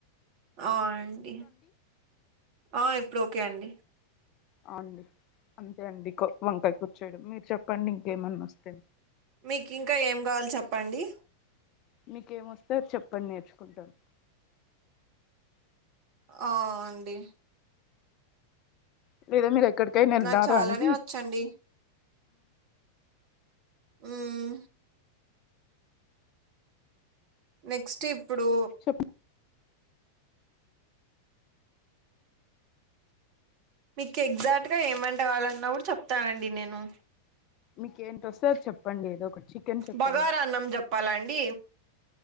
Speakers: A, on the right; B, on the left.
A: అ అండి ఆ ఇప్పుడోకే అండి
B: అవునండి అంతే అండి వంకాయ కూర చేయడం మీరు చెప్పండి ఇంకేమన్నా వస్తే
A: మీకింకా ఏం కావాలో చెప్పండి
B: మీకేమొస్తే అది చెప్పండి నేర్చుకుంటాను
A: ఆ అండి
B: <unintelligible> మీరు ఎక్కడికైనా ఎల్లారా
A: నాకు చాలానే
B: అండి
A: వచ్చండి ఉమ్ నెక్స్ట్ ఇప్పుడు
B: చెప్
A: మీకెగ్జాక్ట్ గా ఏమంటవాలన్నా అప్పుడు చెప్తానండి నేను
B: మీకేం తోస్తే అది చెప్పండి ఏదో ఒకటి చికెన్ చెప్పండి
A: బగారాన్నం చెప్పాలండి